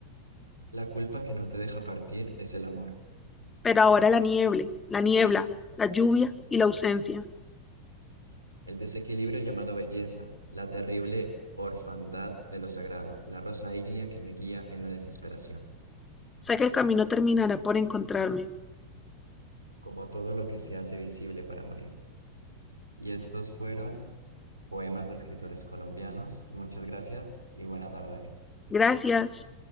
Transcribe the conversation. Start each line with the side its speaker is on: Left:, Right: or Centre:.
Right: La culpa que no te deja partir es el amor.
Left: Pero ahora la niebla, la niebla, la lluvia y la ausencia.
Right: El desequilibrio llamado belleza, la terrible orfandad de lo sagrado, la rosa ígnea que me guía en la desesperación,
Left: Sé que el camino terminará por encontrarme.
Right: como todo lo que se hace visible para morir. Y estos fueron poemas de escritores colombianos. Muchas gracias y buena tarde.
Left: Gracias.